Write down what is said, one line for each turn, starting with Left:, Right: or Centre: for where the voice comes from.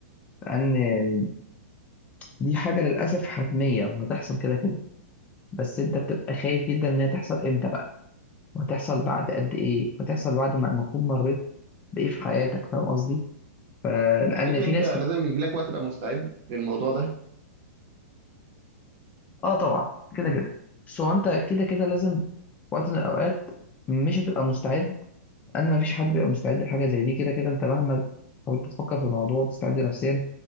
Left: ان دي حاجة للأسف حتمية وهتحصل كده كده بس انت بتبقى خايف جدا ان هي تحصل امتى بقى وهتحصل بعد قد ايه وهتحصل بعد ما ما تكون مريت بايه في حياتك فاهم قصدي فلان
Right: تفتكر
Left: في
Right: انت
Left: ناس
Right: لازم
Left: كده
Right: يجي لك وقت تبقى مستعد للموضوع ده
Left: اه طبعا كده كده بس هو انت كده كده لازم في وقت من الاوقات مش هتبقى مستعد ان ما فيش حد بيبقى مستعد لحاجه زي دي كده كده انت مهما حاولت تفكر في الموضوع وتستعد نفسيا